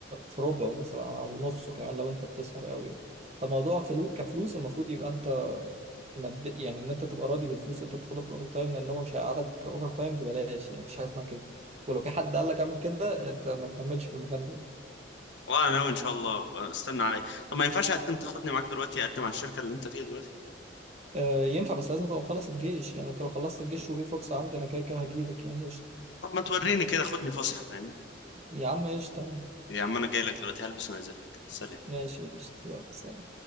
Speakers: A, on the right (about 35°); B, on the left (about 75°).
A: في ربعه مثلا او نصه كمان لو انت بتسهر قوي فالموضوع فلو كفلوس المفروض يبقى انت مد... يعني ان انت تبقى راضي بالفلوس اللي انت بتاخدها في الاوفر تايم لان هو مش هيقعدك اوفر تايم ببلاش يعني مفيش حاجه اسمها كده ولو في حد قال لك اعمل كده انت ما تكملش في المكان ده
B: وانا ناوي ان شاء الله استنى عليا طب ما ينفعش اقدم تاخدني معاك دلوقتي اقدم على الشركه اللي انت فيها دلوقتي
A: آه ينفع بس لازم تبقى مخلص الجيش يعني انت لو خلصت الجيش وفي فرصه عندي انا كده كده هجيبك يعني قشطه
B: طب ما توريني كده خدني فسحه فاهم
A: يا عم قشطه
B: يا عم انا جاي لك دلوقتي هلبس ونازل لك سلام
A: ماشي قشطه